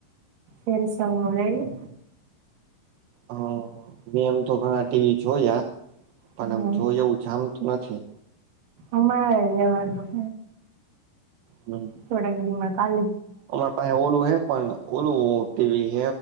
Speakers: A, on the right; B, on the right.
A: એ સૌ મળલી
B: હ મેં એમ તો ઘણા ટીવી જોયા પણ
A: હમ્મ
B: આમ જોય એવું જામતું નથી
A: અમારે લેવાનું
B: હમ
A: ચોડાી કા
B: અમાર પાસે ઓલું હ પણ ઓલું ટીવી હ